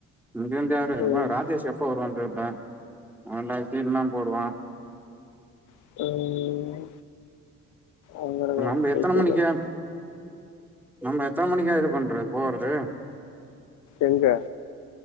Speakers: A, in the centre; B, on the left.
A: இங்க இருந்து யாரு இவ
B: ம்,
A: ராஜேஷ் எப்போ வருவா தெர்தா உ லைப் சீன்லா போடுவா
B: ம் அங்கதான்
A: நம்ப
B: பைத்தியக்காரன்.
A: எத்தன மணிக்கு நம்ப எத்தன மணிக்கா இது பண்றத் போறது
B: எங்க